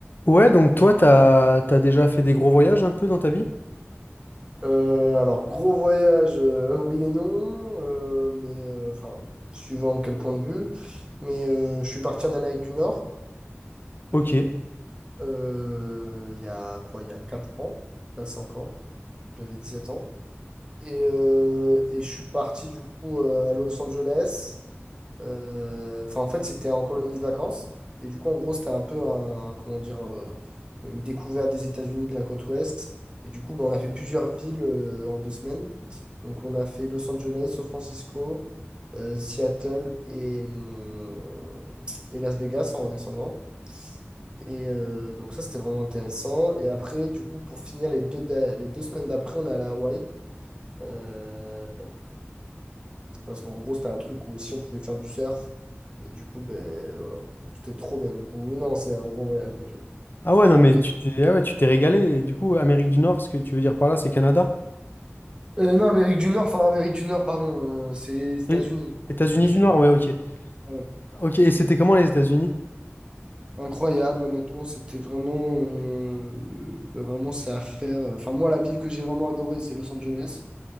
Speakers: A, on the left (about 50°); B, on the right (about 20°).
A: Ouais, donc toi, t'as, t'as déjà fait des gros voyages un peu dans ta vie?
B: Euh, alors, gros voyage, euh, oui et non, euh, mais euh, enfin, suivant quel point de vue. Mais euh, je suis parti en Amérique du Nord
A: Ok.
B: euh, il y a quoi, il y a quatre ans, quatre cinq ans, j'avais 17 ans. Et, euh, et je suis parti du coup euh, à Los Angeles. Euh, Enfin, en fait, c'était en colonie de vacances. Et du coup, en gros, c'était un peu un, comment dire, euh, une découverte des États-Unis de la côte ouest. Et du coup, ben, on a fait plusieurs villes euh, en deux semaines. Donc, on a fait Los Angeles, San Francisco, euh, Seattle et, hum, et Las Vegas en redescendant. Et euh, donc, ça, c'était vraiment intéressant. Et après, du coup, pour finir les deux, da- les deux semaines d'après, on est allé à Hawaï. Euh, parce qu'en gros, c'était un truc où aussi on pouvait faire du surf. Et du coup, ben voilà. C'était trop bien. Du coup, oui, non, c'est un gros voyage, mais j'avoue.
A: Ah ouais, non, mais
B: Et
A: tu
B: toi
A: t'es, ah ouais, tu t'es régalé. Et du coup, Amérique du Nord, ce que tu veux dire par là, c'est Canada?
B: Euh, non, Amérique du Nord, enfin Amérique du Nord, pardon, euh, c'est les États-Unis.
A: Oui. États-Unis
B: <laughs>
A: du Nord, ouais, ok.
B: Ouais.
A: Ok, et c'était comment les États-Unis?
B: Incroyable, honnêtement, c'était vraiment, euh, ben, vraiment, c'est à faire. euh, Enfin, moi, la ville que j'ai vraiment adorée, c'est Los Angeles.